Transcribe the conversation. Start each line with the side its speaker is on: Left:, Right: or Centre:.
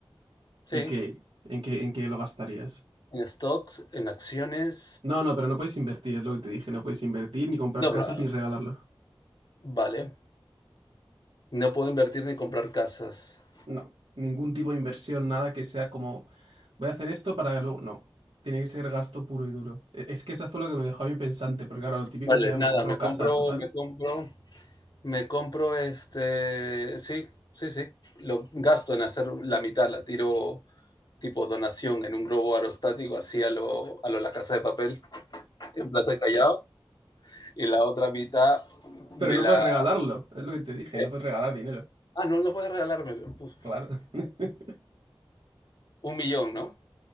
Left: sí.
Right: ¿Y qué? ¿En qué, en qué lo gastarías?
Left: En stocks, en acciones.
Right: No, no, pero no puedes invertir, es lo que te dije. No puedes invertir, ni comprar
Left: No,
Right: casas,
Left: pero,
Right: ni regalarlo.
Left: vale. No puedo invertir ni comprar casas.
Right: No, ningún tipo de inversión, nada que sea como voy a hacer esto para que luego. No, tiene que ser gasto puro y duro. E- Es que eso fue lo que me dejó a mí pensante, porque claro, lo típico
Left: Vale,
Right: sería
Left: nada,
Right: me compro
Left: me
Right: casas
Left: compro,
Right: o tal.
Left: me compro, me compro este. Sí, sí, sí. Lo gasto en hacer la mitad, la tiro tipo donación en un globo aerostático, así a lo, a lo La Casa de Papel, en Plaza de Callao. Y la otra mitad
Right: Pero
Left: me
Right: no
Left: la...
Right: puedes regalarlo, es lo que te dije,
Left: ¿Qué?
Right: no puedes regalar dinero.
Left: Ah, no, no puedes regalarme. Pues,
Right: Claro. <laughs>
Left: un millón, ¿no?